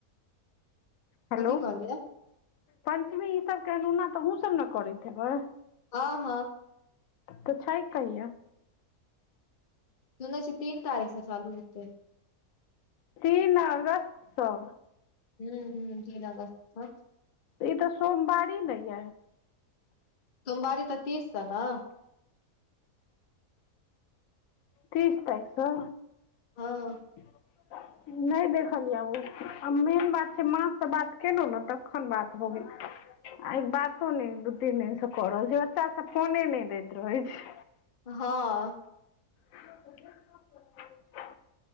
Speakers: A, on the left; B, on the left.
A: हेलो-
B: कथी कहलियै
A: पञ्चमी ईसभ के अनोना तऽ अहुं सब ने करैत हेबय?
B: ह- हँ।
A: तऽ छैय कहिया?
B: सुनय छी तीन तारीख स चालू हेतय
A: तीन अगस्त सऽ।
B: हूं- हुं- तीन अगस्त स।
A: ई तऽ सोमवारी ने यैऽ।
B: सोमबारी तऽ तीस स नऽ।
A: तीस तारीक स?
B: हँ।
A: <unintelligible> नय देखलियै ओ आ मेन बात छै माँसँ बात केलौं ने तख्खन बात भ गेल। आय बातो ने दू -तीन दिन से कर रहल छै बच्चा सब फोने नय दैत रहै छै।
B: ह।
A: <unintelligible>